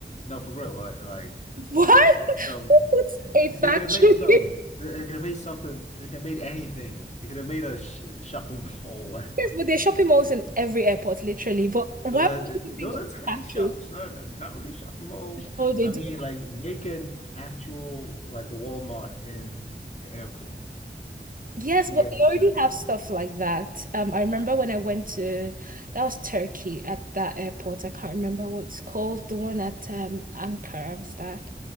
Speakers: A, on the left; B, on the right.
A: No, for real. Like like
B: What?
A: some
B: <laughs> Who puts a
A: they
B: factory?
A: could have made some
B: <laughs>
A: they could have made something they could have made anything. They could have made a sh shopping mall.
B: Yes,
A: <laughs>
B: but there are shopping malls in every airport, literally. But why
A: Those
B: would
A: are
B: you
A: those
B: even think of
A: are tiny
B: a factory?
A: shops, not not really shopping malls.
B: Oh, they
A: I
B: do
A: mean like make an actual like a Walmart in the airport.
B: Yes,
A: You
B: but
A: get
B: they
A: what I'm
B: already
A: saying?
B: have stuff like that. Um, I remember when I went to that was Turkey at that airport. I can't remember what it's called, the one at um Ankara was that.